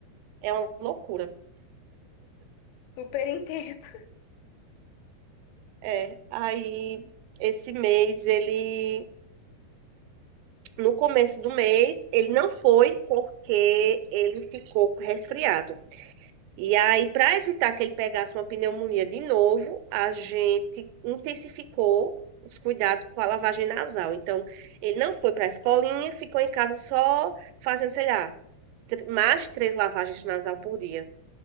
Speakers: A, on the right (about 85°); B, on the left (about 85°).
A: É uma loucura.
B: Super <laughs> entendo.
A: É, aí esse mês ele, no começo do mês, ele não foi porque ele ficou resfriado. E aí, para evitar que ele pegasse uma pneumonia de novo, a gente intensificou os cuidados com a lavagem nasal. Então, ele não foi para a escolinha, ficou em casa só fazendo, sei lá, tr- mais de três lavagens nasal por dia.